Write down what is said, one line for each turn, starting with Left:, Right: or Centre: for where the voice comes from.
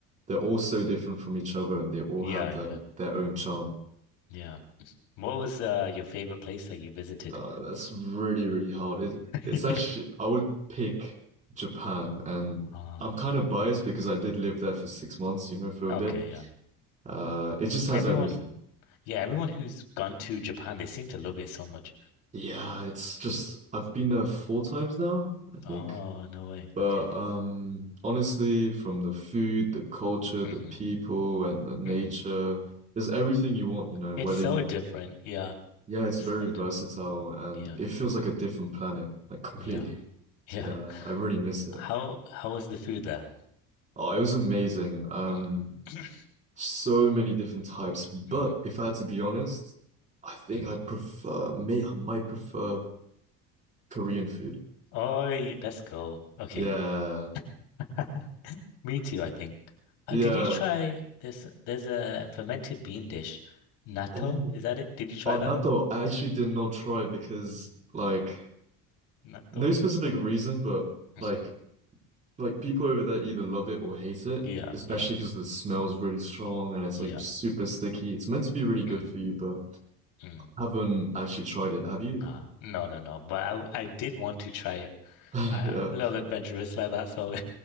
Right: they're all so different from each other, and they all
Left: Yeah.
Right: have their
Left: Yeah.
Right: their own charm.
Left: Yeah. What was uh, your favorite place that you visited?
Right: Uh, that's really, really hard. It,
Left: <laughs>
Right: it's actually,
Left: Yeah.
Right: I would pick Japan, and
Left: Um,
Right: I'm kind of biased because I did live there for six months, you know, for a
Left: okay.
Right: bit.
Left: Yeah.
Right: Uh, it just has
Left: Everyone.
Right: everything.
Left: Yeah. Everyone who's gone to Japan, they seem to love it so much.
Right: Yeah, it's just,
Left: Mm.
Right: I've been there four times now, I think.
Left: Oh, no way.
Right: But
Left: Okay.
Right: um, honestly, from the food, the culture, the
Left: hmm
Right: people, and the nature,
Left: hmm
Right: there's everything you want, you know,
Left: It's
Right: whether
Left: so
Right: you,
Left: different. Yeah.
Right: yeah, it's
Left: So
Right: very versatile
Left: different.
Right: and
Left: Yeah.
Right: it feels like a different planet, like completely.
Left: Yeah. Yeah.
Right: Yeah, I really miss it.
Left: How how was the food there?
Right: Oh, it was amazing. Um,
Left: Mm. <clears throat>
Right: so many different types. But
Left: Mm.
Right: if I had to be honest, I think
Left: hmm
Right: I prefer, may I might prefer Korean food.
Left: Oh, let's go. Okay.
Right: Yeah.
Left: <laughs> Me too, I think. Uh,
Right: Yeah.
Left: did you try this? There's a fermented bean dish. Natto,
Right: Oh,
Left: is that it? Did you try
Right: on
Left: that?
Right: that though, I actually did not try because like
Left: Natto.
Right: no specific reason, but
Left: hmm
Right: like like people over there either love it or hate it,
Left: Yeah,
Right: especially
Left: yeah,
Right: because the smell is really strong and it's
Left: yeah.
Right: like super sticky. It's meant to be really good
Left: Mm,
Right: for you, but
Left: mm.
Right: haven't actually tried it. Have you
Left: Uh, no, no, no. But I, I did want to try it.
Right: though?
Left: I,
Right: <laughs>
Left: am a little adventurous
Right: Yeah.
Left: like that, so